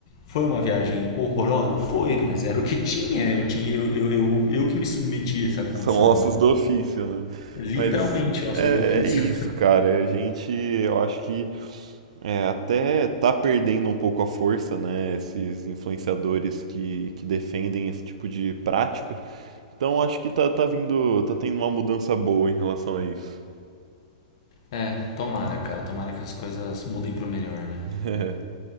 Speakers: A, on the left; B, on the right.
A: foi uma viagem horrorosa? Foi, mas era o que tinha, eu tinha, eu, eu, eu, eu que me submeti a essa condição,
B: São ossos
A: né?
B: do ofício, né?
A: Literalmente
B: Mas
A: ossos
B: é,
A: do ofício.
B: é isso, cara. é A gente, eu acho que É, até tá perdendo um pouco a força, né? Esses influenciadores que, que defendem esse tipo de prática. Então acho que tá, tá vindo, tá tendo uma mudança boa em relação a isso.
A: É, tomara, cara, tomara que as coisas mudem pro melhor, né?
B: <laughs>